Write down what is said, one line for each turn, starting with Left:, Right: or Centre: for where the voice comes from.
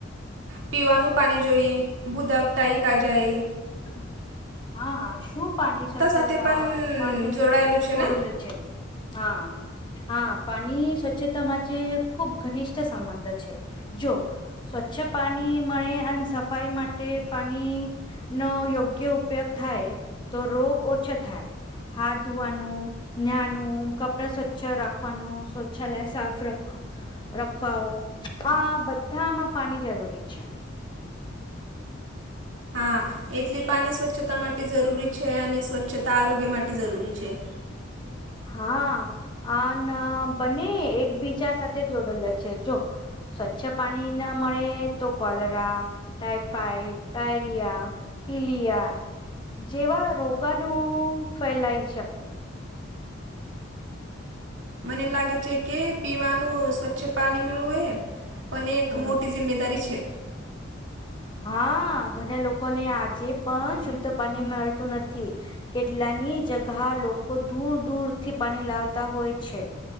Right: પીવાનું પાણી જોઈ, ભૂદક ટાઈકા
Left: હમ
Right: જાય.
Left: <inaudible> હા. શું પાણી સ્વચ્છતા
Right: સાથે પણ
Left: પાને
Right: જોડાયેલું છે
Left: જોડુંલું
Right: ને
Left: છે? હા. હા. પાણી સ્વચ્છતા માટે ખુબ ઘનિષ્ઠ સંબંધ છે. જો સ્વચ્છ પાણી મળે અને સફાઈ માટે પાણી નો યોગ્ય ઉ પયોગ થાય તો રોગ ઓછો થાય. હાથ ધોવાનું નાનું, કપડા સ્વચ્છ રાખવાનું, શૌછાલય સાફ રખ રખવાઓ આ બધામાં પાની જરૂરી છે.
Right: હા એટલે પાની સ્વચ્છતા માટે જરૂરી છે અને સ્વચ્છતા આરોગ્ય માટે જરૂરી છે.
Left: હા આન બને એકબીજા સાથે જોડેલા છે જો સ્વચ્છ પાની ન મળે તો કોલરા, ટાઈફાઈડ, ટાયરિયા પીલીયા જેવા રોગાનું ફેલાઈ શકે.
Right: મને લાગે છે કે પીવાનું સ્વચ્છ પાની મેળવું એ પન એક
Left: હમ
Right: મોટી જી મેદારી છે.
Left: હા ઘણા લોકોને આજે પણ શુદ્ધ પાણી મળતું નથી. કેટલાની જગહ લોકો દૂર દૂરથી પાની લાવતા હોય છે.